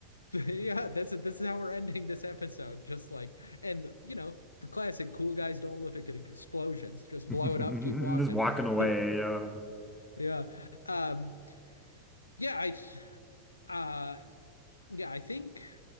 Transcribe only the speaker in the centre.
<laughs>
Just walking
away. Uh,